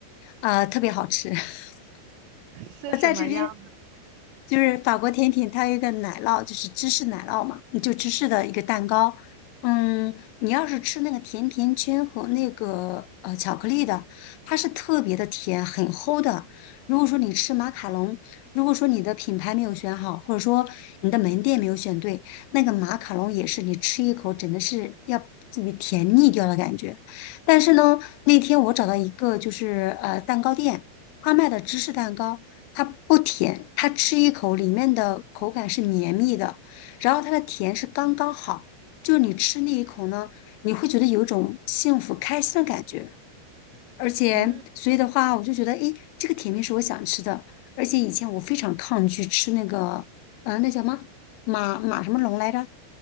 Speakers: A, on the left; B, on the right.
A: 啊，特别好吃。<laughs>
B: 是什么样？
A: 我在这边，就是法国甜品，它有一个奶酪，就是芝士奶酪嘛，就芝士的一个蛋糕。嗯，你要是吃那个甜甜圈和那个呃巧克力的，它是特别的甜，很齁的。如果说你吃马卡龙，如果说你的品牌没有选好，或者说你的门店没有选对，那个马卡龙也是你吃一口真的是要自己甜腻掉的感觉。但是呢，那天我找到一个就是呃蛋糕店。他卖的芝士蛋糕，它不甜，它吃一口里面的口感是绵密的，然后它的甜是刚刚好，就是你吃那一口呢，你会觉得有一种幸福开心的感觉。而且，
B: 嗯，
A: 所以的话，我就觉得，诶，这个甜品是我想吃的。而且以前我非常抗拒吃那个，呃，那叫什么马马什么龙来着？